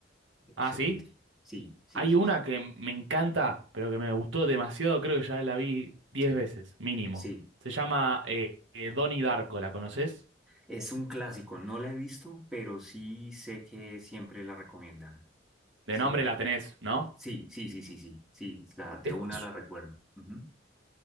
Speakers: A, in the centre; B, on the right.
A: Excelente.
B: Ah, sí.
A: Sí, sí,
B: Hay
A: sí,
B: una
A: sí.
B: que me encanta, pero que me gustó demasiado. Creo que ya la vi 10 veces, mínimo.
A: Sí,
B: Se llama eh, eh, Donnie Darko, ¿la conoces?
A: es un clásico. No la he visto, pero sí sé que siempre la recomiendan.
B: De
A: Sí,
B: nombre la tenés, ¿no?
A: sí, sí, sí, sí, sí. Sí, la, de
B: Es
A: una la recuerdo. Ujú.